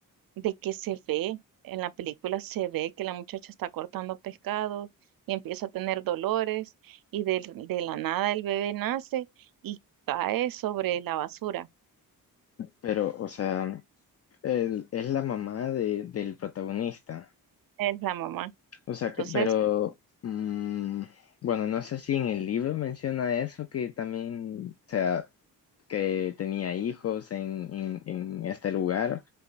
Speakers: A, on the right; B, on the left.
A: de que se ve, en la película se ve que la muchacha está cortando pescado y empieza a tener dolores y de, de la nada el bebé nace y cae sobre la basura.
B: pero, o sea, el- es la mamá de- del protagonista.
A: Es la mamá.
B: O sea,
A: Entonces,
B: que, pero mm, bueno, no sé si en el libro menciona eso, que también, o sea, que tenía hijos en, en, en este lugar,